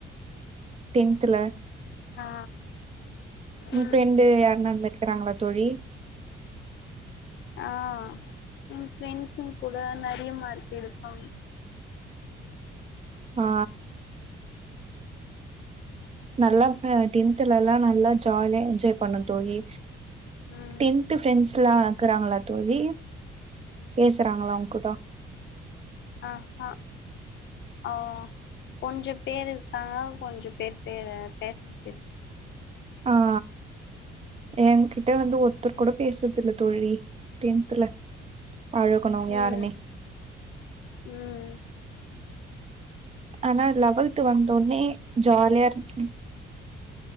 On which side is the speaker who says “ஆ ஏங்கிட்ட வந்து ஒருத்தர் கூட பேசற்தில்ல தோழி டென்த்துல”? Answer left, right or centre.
Right